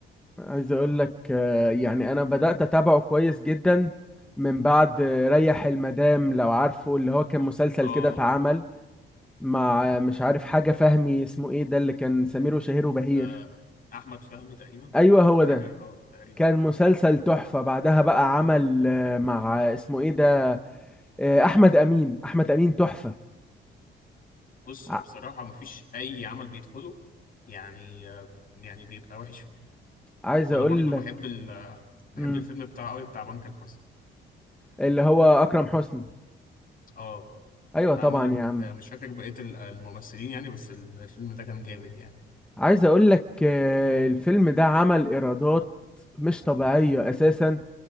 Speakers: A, in the centre; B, on the left.
A: عايز اقول لك آه، يعني انا بدات اتابعه كويس جدا من بعد آه، ريح المدام لو عارفه اللي هو كان مسلسل
B: اه
A: كده اتعمل
B: اه
A: مع مش عارف حاجة فهمي اسمه ايه ده اللي كان سمير وشهير وبهير
B: آه، احمد فهمي تقريبا
A: ايوه
B: او
A: هو ده
B: حاجه اه تقريبا
A: كان مسلسل تحفة بعدها بقى عمل آه، مع اسمه ايه ده آه، احمد امين احمد امين تحفة
B: بص
A: ع-
B: هو بصراحة مفيش أي عمل بيدخله يعني يعني بيبقى وحش فيه
A: عايز
B: وأنا
A: اقول
B: برضو بحب
A: لك
B: ال بحب
A: مم،
B: الفيلم بتاع أوي بتاع بنك الحظ
A: اللي هو اكرم حسني
B: اه
A: ايوه
B: اللي
A: طبعا
B: عمله م-
A: يا عم
B: آه، مش فاكر بقية ال- الممثلين يعني بس ال- الفيلم ده كان جامد يعني
A: عايز اقول لك آه، الفيلم ده عمل ايرادات مش طبيعية اساسا